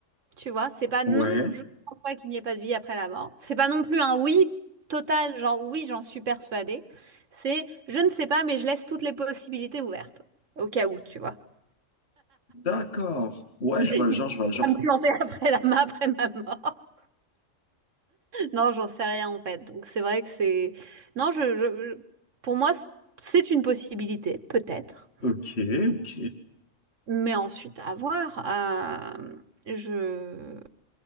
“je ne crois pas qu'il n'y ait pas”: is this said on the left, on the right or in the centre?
Right